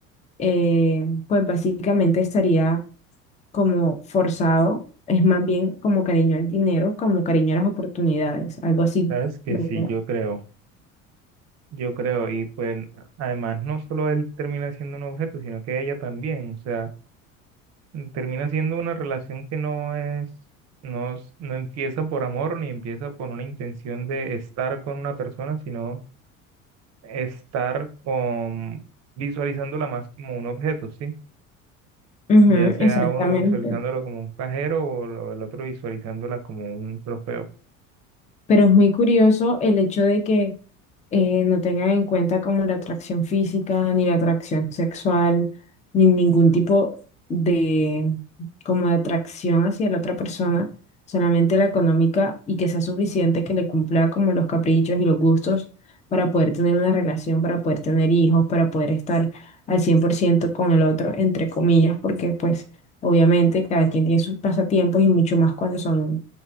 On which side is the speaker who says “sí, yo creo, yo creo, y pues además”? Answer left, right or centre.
Right